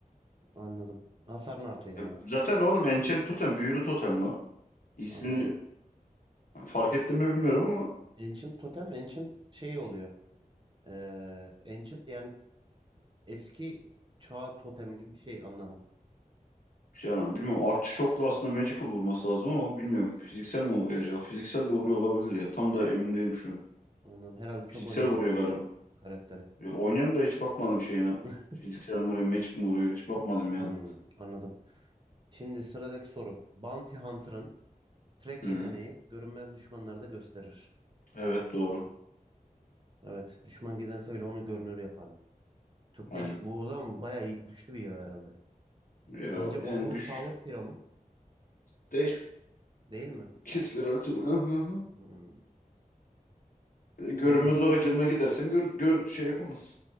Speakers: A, on the right (about 35°); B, on the left (about 65°).
A: Anladım. Hasarın artıyor yani.
B: Ya zaten oğlum Enchant Totem büyülü totem la. İsmini
A: Anladım.
B: fark ettim mi bilmiyorum ama
A: Ancient Totem Ancient şey oluyor. Ee, Ancient yani eski çağ totemi gibi bir şey anlamı.
B: ya, yani bilmiyorum Artçı Shock'la aslında Magical vurması lazım ama bilmiyorum. Fiziksel mi vuruyor acaba? Fiziksel de vuruyor olabilir ya. Tam da emin değilim şu an.
A: Anladım. Herhalde çok
B: Fiziksel
A: oynamıyorsun
B: vuruyor galiba.
A: bu karakteri.
B: Ya, oynayan da hiç bakmadım şeyine.
A: <laughs>
B: Fiziksel mi vuruyor, Magic mi vuruyor? Hiç bakmadım yani.
A: Hmm, anladım. Şimdi sıradaki soru. Bounty Hunter'ın track
B: Hı.
A: yeteneği görünmez düşmanları da gösterir.
B: Evet doğru.
A: Evet, düşman gizlense bile onu görünür yapar mı? Çok
B: Aynen.
A: değişik. Bu o zaman bayağı iyi- güçlü bir hero herhalde.
B: Ya,
A: Sence overpowered
B: yani güç
A: hero mu?
B: değil.
A: Değil mi?
B: Kesilir her türlü. <laughs>
A: Hmm,
B: E, Görünmez
A: Peki,
B: olarak yanına gidersen gör, gör şey yapamaz,